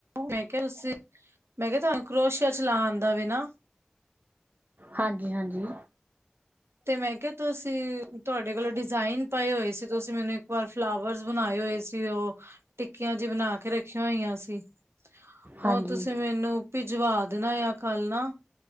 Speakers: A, on the right; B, on the right.
A: ਮੈਂ ਕਿਹਾਿਆ ਉਸੇ ਮੈਂ ਕਿਹਾ ਤੁਹਾਨੂੰ ਕਰੋਸ਼ੀਆ ਚਲਾ ਆਂਦਾ ਵੀ ਨਾ
B: ਹਾਂਜੀ। ਾਂਜੀੀ ਹਾਂਜੀ।
A: ਤੇ ਮੈਂ ਕਿਹਾ ਤੁਸੀਂ ਤੁਹਾਡੇ ਕੋਲੋਂ ਡਿਜ਼ਾਇਨ ਪਾਏ ਹੋਏ ਸੀ ਤੁਸੀਂ ਮੈਨੂੰ ਇੱਕ ਵਾਰ ਫਲਾਵਰ ਬਣਾਏ ਹੋਏ ਸੀ ਉਹ ਟਿੱਕੀਆਂ ਜ ਬਣਾ ਕੇ ਰੱਖੀਆਂ ਹੋਇਆਂ ਸੀ। ਉਹ
B: ਹਾਂਜੀ
A: ਤੁਸੀਂ ਮੈਨੂੰਪੀ ਜਵਾ ਦੇਣਾ ਆ ਕੱਲ ਨਾ